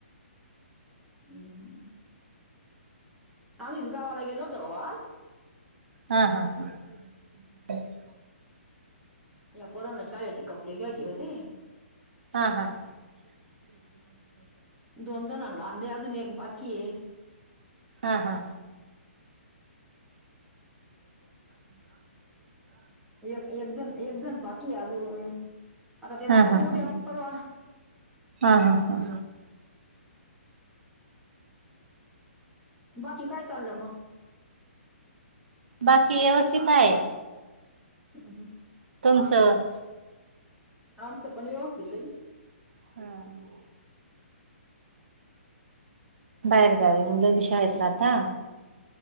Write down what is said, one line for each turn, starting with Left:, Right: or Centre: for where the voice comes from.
Centre: <unintelligible> आमी बी गावाला गेलो होतो वो आज.
Right: हां हां हां. <inaudible>
Centre: या पोरांना शाळेचे कपडे घ्यायचे होतें.
Right: हां हां हां. <inaudible>
Centre: दोन जणांनला आणले अजून एक बाकीये.
Right: हां हां. <inaudible>
Centre: एक एक जण एक जण बाकी अजून आता त्याला
Right: हा
Centre: पाहू उद्या
Right: ह
Centre: परवा.
Right: हा हा हा.
Centre: बाकी काय चाललं मग?
Right: बाकी व्यवस्थित हाय.
Centre: हम हा.
Right: तुमचं.
Centre: आमचं पण व्यवथित आहे.
Right: हम. बाहेर गावी मुलं बी शाळ जाता.